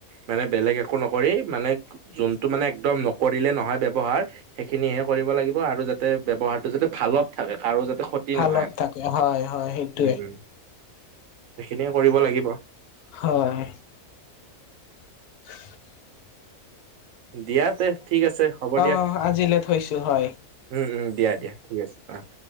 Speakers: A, on the right; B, on the left.
A: মানে বেলেগ একো নকৰি মানে যোনটো মানে একদম নকৰিলে নহয় ব্যৱহাৰ। সেইখিনিহে কৰিব লাগিব আৰু যাতে ব্যৱহাৰটো যাতে ভালত থাকে কাৰো যাতে ক্ষতি
B: ভালত
A: নহয়।
B: থাকে হয়-হয় সেইটোৱে।
A: উম উম। সেইখিনিয়ে কৰিব লাগিব।
B: হয়। <unintelligible>
A: দিয়া তে ঠিক আছে হ'ব
B: অ
A: দিয়া,
B: আজিলে থৈছো হয়
A: উম-উম দিয়া দিয়া। ঠিক আছে, অ'।